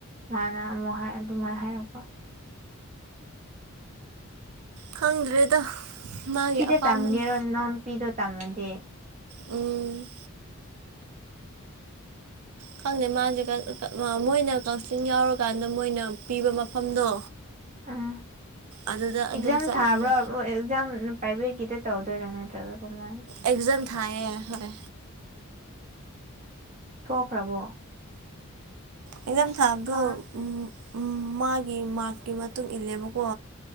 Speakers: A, on the right (about 35°); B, on the right (about 85°).
A: ꯃꯥꯅ ꯑꯃꯨꯛ ꯍꯥꯏ ꯑꯗꯨꯃꯥꯏ ꯍꯥꯏꯔꯛꯄ
B: ꯈꯪꯗ꯭ꯔꯦꯗ ꯃꯥꯒꯤ
A: ꯁꯤꯗ
B: ꯑꯄꯥꯝꯕꯅ
A: ꯇꯝꯒꯦꯔꯣ ꯅꯅꯥꯎꯄꯤꯗꯣ ꯇꯝꯃꯗꯤ
B: ꯎꯝ ꯈꯪꯗꯦ ꯃꯥꯖꯦ ꯀ-ꯀ ꯃꯣꯏꯅ ꯀꯥꯎꯟꯁ꯭ꯂꯤꯡ ꯌꯥꯎꯔꯀꯥꯟꯗ ꯃꯣꯏꯅ ꯄꯤꯕ ꯃꯐꯝꯗꯣ
A: ꯎꯝ
B: ꯑꯗꯨꯗ ꯑꯗꯨꯝ
A: ꯑꯦꯛꯖꯥꯝ
B: ꯆꯠꯂꯅꯤ
A: ꯊꯥꯕ꯭ꯔꯥ ꯃꯣꯏ ꯑꯦꯛꯖꯥꯝ ꯄ꯭ꯔꯥꯏꯚꯦꯠꯀꯤꯗ ꯇꯧꯗꯣꯏꯔꯥ ꯅꯠꯇ꯭ꯔꯒ ꯀꯃꯥꯏꯅ
B: ꯑꯦꯛꯖꯝ ꯊꯥꯏꯌꯦ ꯍꯣꯏ
A: ꯊꯣꯛꯈ꯭ꯔꯕꯣ
B: ꯑꯦꯛꯖꯥꯝ
A: ꯑꯁ
B: ꯊꯥꯕꯗꯣ
A: ꯀꯥ
B: ꯎꯝ ꯎꯝ ꯃꯥꯒꯤ ꯃꯥꯔꯛꯀꯤ ꯃꯇꯨꯡ ꯏꯜꯂꯦꯕꯀꯣ